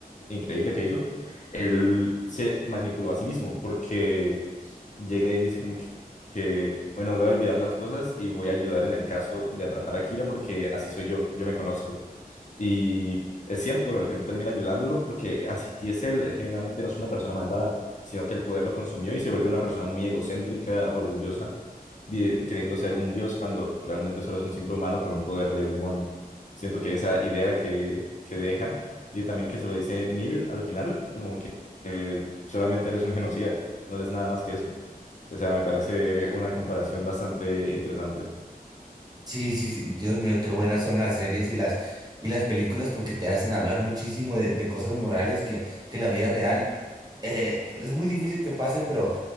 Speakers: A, on the left; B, on the right.
A: increíble que hizo, él se manipuló a sí mismo porque llega y dice como que, que, bueno, voy a olvidar las cosas y voy a ayudar en el caso de atrapar a Kira porque así soy yo, yo me conozco. Y es cierto, al final termina ayudándolo porque así es él. Él generalmente no es una persona malvada, sino que el poder lo consumió y se vuelve una persona muy egocéntrica, orgullosa, di- queriendo ser un dios cuando realmente solo es un simple humano con un poder de un demonio. Siento que esa idea que, que deja y también que se lo dice Nier al final, como que solamente eres un genocida, no eres nada más que eso. O sea, me parece una comparación bastante interesante.
B: Sí, sí, sí, Dios mío, qué buenas son las series y las y las películas porque te hacen hablar muchísimo de, de cosas morales que, que en la vida real eh, es muy difícil que pasen, pero